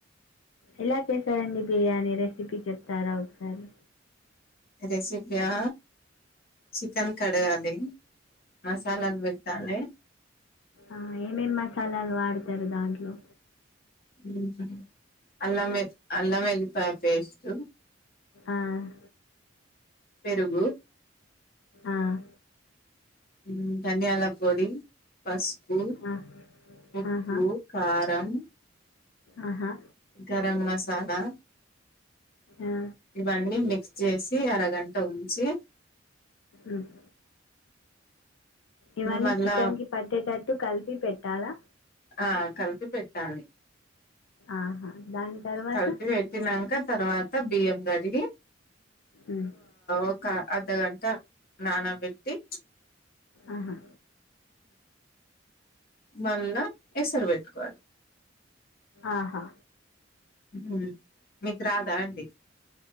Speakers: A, on the left; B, on the left.
A: ఎలా చేశారండి బిర్యానీ రెసిపీ చెప్తారా ఒకసారి.
B: రెసిపీయా. చికెన్ కడగాలి మసాలాలు పెట్టాలి.
A: ఆహ్ ఏమేమి మసాలాలు వాడుతారు దాంట్లో.
B: ఉమ్ అల్లం వే అల్లం వెల్లిపాయ పేస్ట్.
A: ఆహ్.
B: పెరుగు.
A: ఆహ్.
B: ఉమ్ దానియాల పొడి. పసుపు
A: ఆ
B: ఉప్పు
A: ఆహా
B: కారం.
A: ఆహా.
B: గరం మసాలా
A: ఆ
B: ఇవన్నీ మిక్స్ చేసి అరగంట ఉంచి.
A: ఉమ్. ఇవన్నీ
B: మళ్ళా
A: చికెన్ కి పట్టేటట్టు కలిపి పెట్టాలా.
B: ఆహ్ కలిపి పెట్టాలి.
A: ఆహా. దాని తర్వాత
B: కలిపి పెట్టినంకా తర్వాత బియ్యం కడిగి
A: ఉమ్,
B: ఒక అర్ధగంట నానబెట్టి
A: ఆహా
B: మళ్ళా ఎసరు పెట్టుకోవాలి
A: ఆహా
B: ఉ మీకు రాదా అండి